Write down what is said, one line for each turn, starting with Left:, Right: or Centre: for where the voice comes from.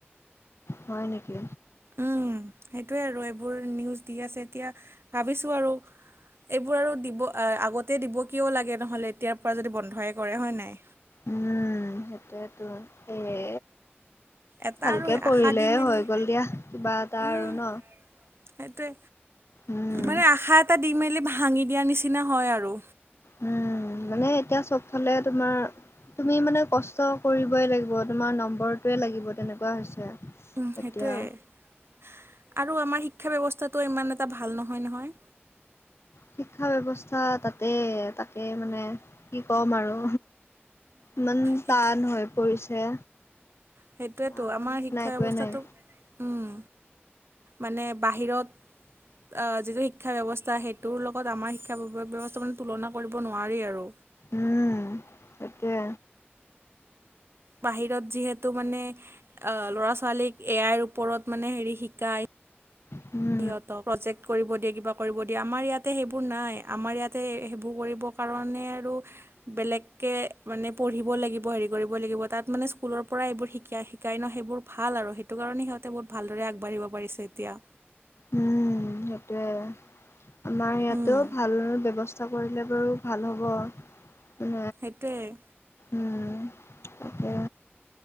Left: হয় নেকি।
Right: উম সেইটোয়ে আৰু এইবোৰ নিউজ দি আছে এতিয়া। ভাবিছোঁ আৰু এইবোৰ আৰু দিব আগত তে দিব কিয় লাগে নহ'লে এতিয়াৰ পৰা যদি বন্ধই কৰে হয় নাই।
Left: উম সেইটোয়েতো সেয়ে।
Right: এটা
Left: ভালকে
Right: আৰু
Left: পঢ়িলে
Right: আশা দি মেলি
Left: হৈ গল দিয়া কিবা এটা
Right: উম,
Left: আৰু ন।
Right: সেইটোৱে
Left: উম
Right: মানে আশা এটা দি মেলি ভাঙি দিয়াৰ নিচিনা হয় আৰু
Left: উম মানে এতিয়া চবফালে তোমাৰ। তুমি মানে কষ্ট কৰিবই লাগিব তোমাৰ নম্বৰটোৱে লাগিব তেনেকুৱা হৈছে।
Right: উম সেইটোৱেই
Left: এতিয়া
Right: আৰু আমাৰ শিক্ষা ব্যৱস্থাটো ইমান এটা ভাল নহয় নহয়।
Left: শিক্ষা ব্যৱস্থা তাতে তাকে মানে কি কম আৰু ইমান
Right: শিক্ষা
Left: টান হৈ পৰিছে।
Right: সেইটোৱেতো
Left: আগৰ
Right: আমাৰ
Left: নিচিনা
Right: শিক্ষা
Left: একোৱে
Right: ব্যৱস্থাটো
Left: নাই।
Right: উম, মানে বাহিৰত। আহ যিটো শিক্ষা ব্যৱস্থা সেইটোৰ লগত আমাৰ শিক্ষা ব্যৱস্থা মানে তুলনা কৰিব নোৱাৰি আৰু
Left: উম সেইটোৱে।
Right: বাহিৰত যিহেতু মানে ল'ৰা ছোৱালীক এ আইৰ ওপৰত মানে হেৰি শিকাই
Left: উম
Right: সিহঁতক প্ৰজেক কৰিব দিয়ে কিবা কৰিব দিয়ে আমাৰ ইয়াতে সেইবোৰ নাই আমাৰ ইয়াতে সেইবোৰ কৰিব। কাৰণে আৰু বেলেগকে মানে পঢ়িব লাগিব হেৰি কৰিব লাগিব তাত মানে স্কুলৰ পৰা এইবোৰ শিকাই শি কায় ন সেইকাৰণে সেইবোৰ ভাল আৰু সেইটো কাৰণে সিহঁতে বহুত ভালদৰে আগবাঢ়িব পাৰিছে এতিয়া
Left: উম সেইটোৱে আমাৰ
Right: উম
Left: ইয়াতো ভাল ব্যৱস্থা কৰিলে বাৰু ভাল হ'ব
Right: সেইটোৱে
Left: উম তাকে,